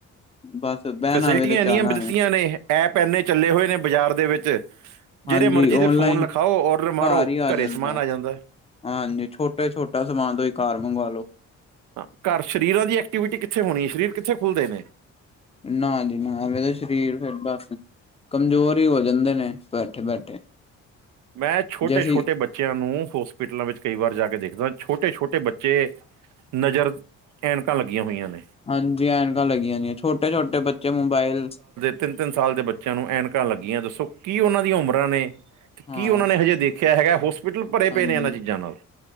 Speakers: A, on the left; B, on the right.
A: ਬਸ ਬਹਿਣਾ
B: ਫੈਸਿਲਿਟੀਆਂ
A: ਹੋਵੇ ਤੇ
B: ਇੰਨੀਆਂ
A: ਚਣਾਵੇ-
B: ਦਿੱਤੀਆਂ ਨੇ ਐਪ ਇਨੇ ਚੱਲੇ ਹੋਏ ਨੇ ਬਾਜ਼ਾਰ ਦੇ ਵਿਚ-
A: ਹਾਂਜੀ
B: ਜਿਹੜੇ ਮਰਜ਼ੀ
A: ਓਨਲਾਈਨ
B: ਦੇ ਫੋਨ ਲਿਖਾਓ, ਔਡਰ ਮਾਰੋ,
A: ਘਰ ਹੀ ਆ ਜਾਂਦਾ
B: ਘਰੇ ਸਮਾਨ
A: ਹੈ।
B: ਆ ਜਾਦਾ।
A: ਹਾਂਜੀ, ਛੋਟਾ- ਛੋਟਾ ਸਮਾਨ ਤੁਸੀ ਕਾਰ ਮੰਗਵਾ ਲੋ-
B: ਹਾਂ, ਘਰ ਸਰੀਰਾਂ ਦੀ ਐਕਟੀਵਿਟੀ ਕਿਥੇ ਹੋਣੀ ਹੈ। ਸਰੀਰ ਕਿਥੇ ਖੁੱਲ੍ਹਦੇ ਨੇ
A: ਨਾ ਜੀ ਨਾ, ਐਵੇਂ ਤਾਂ ਸਰੀਰ ਫਿਰ ਬਸ ਕਮਜ਼ੋਰ ਹੀ ਹੋ ਜਾਂਦੇ ਨੇ, ਬੈਠੇ- ਬੈਠੇ
B: ਮੈਂ ਛੋਟੇ-
A: ਜੈਸੀਂ
B: ਛੋਟੇ ਬੱਚਿਆਂ ਨੂੰ ਹੋਸਪਿਟਲਾਂ ਵਿੱਚ ਕਈ ਵਾਰ ਜਾ ਕੇ ਦੇਖਦਾ, ਛੋਟੇ -ਛੋਟੇ ਬੱਚੇ ਜੇ, ਨਜ਼ਰ, ਐਨਕਾਂ ਲੱਗੀਆਂ ਹੋਈਆਂ ਨੇ
A: ਹਾਂਜੀ ਐਨਕਾਂ ਲੱਗੀਆਂ ਹੁੰਦੀਆਂ, ਛੋਟੇ- ਛੋਟੇ ਬੱਚੇ ਮੋਬਾਇਲ
B: ਤਿੰਨ -ਤਿੰਨ ਸਾਲ ਦੇ ਬੱਚਿਆਂ ਨੂੰ ਐਨਕਾਂ ਲੱਗੀਆਂ ਦੱਸੋ, ਕੀ ਉਹਨਾਂ ਦੀਆਂ ਉਮਰਾਂ ਨੇ, ਤੇ
A: ਹਾਂ
B: ਕੀ ਉਹਨਾਂ ਨੇ ਹਜੇ ਦੇਖ ਦੇਖਿਆ ਹੈਗਾ, ਹੋਸਪਿਟਲ ਭਰੇ ਪਏ
A: ਹਾਂਜੀ
B: ਨੇ ਇਹਨਾਂ ਚੀਜ਼ਾਂ ਨਾਲ